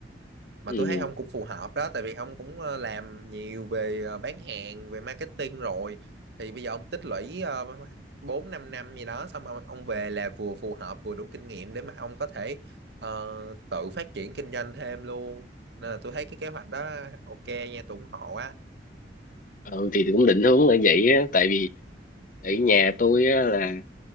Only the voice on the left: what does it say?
ừ.
ừ thì cũng định hướng là vậy á tại vì ở nhà tôi á là